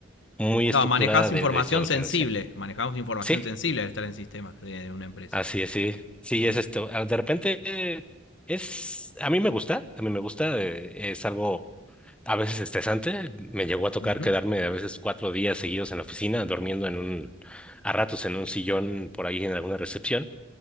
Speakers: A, in the centre; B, on the left (about 70°).
A: muy estructurada
B: Claro, manejás
A: de,
B: información
A: de esto de lo
B: sensible.
A: financiero.
B: Manejamos información
A: Sí,
B: sensible al estar en sistemas de una empresa.
A: así es, sí, sí,
B: Ujú.
A: es esto. Ah, De repente eh, es, a mí me gusta, a mí me gusta, eh, es algo a veces estresante. Me llegó a tocar
B: ujú.
A: quedarme a veces cuatro días seguidos en la oficina, durmiendo en un, a ratos en un sillón por ahí en alguna recepción